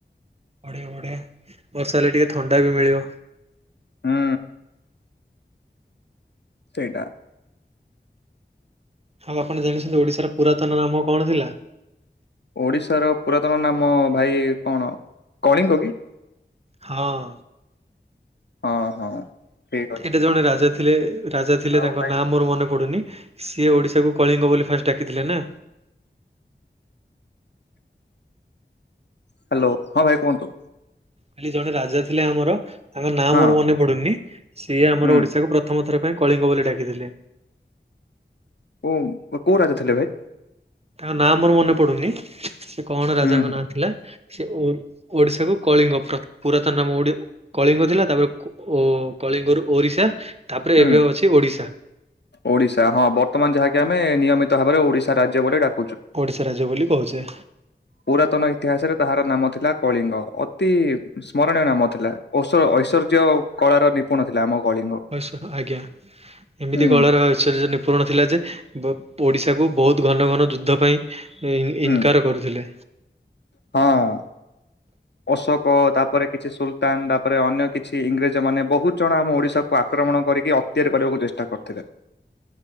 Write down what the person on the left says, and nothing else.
ହୁଁ ସେଇଟା
ଓଡିଶାର ପୁରାତନ ନାମ ଭାଇ କଣ କଳିଙ୍ଗ କି?
ହଁ ହଁ ଠିକ ଅଛି।
ଆଉ
ଭାଇ
ହ୍ୟାଲୋ ହଁ ଭାଇ କୁହନ୍ତୁ
ହଁ
ହୁଁ
ଓ କୋଉ ରାଜା ଥିଲେ ଭାଇ?
ହୁଁ ହୁଁ।
ହୁଁ
ଓଡିଶା ହଁ ବର୍ତ୍ତମାନ ଯାହାକି ଆମେ ନିୟମିତ ଭାବରେ ଓଡ଼ିଶା ରାଜ୍ୟ ବୋଲି ଡାକୁ।
ପୁରାତନ ଇତିହାସରେ ତାହାର ନାମ ଥିଲା କଳିଙ୍ଗ ଅତି ସ୍ମରଣୀୟ ନାମ ଥିଲା। ଔଷ ଐଶ୍ଚର୍ଯ୍ୟ କଳାର ନିପୁଣ ଥିଲା ଆମ କଳିଙ୍ଗ।
ହୁଁ
ହୁଁ
ହଁ ଅଶୋକ ତାପ ତାପରେ କିଛି ସୁଲତାନ ତାପରେ ଅନ୍ୟ କିଛି ଇଂରେଜ ମାନେ ବହୁତ ଜଣ ଆମ ଓଡିଶାକୁ ଆକ୍ରମଣ କରିକି ଅକ୍ତିଆର କରିବାକୁ ଚେଷ୍ଟା କରିଥିଲେ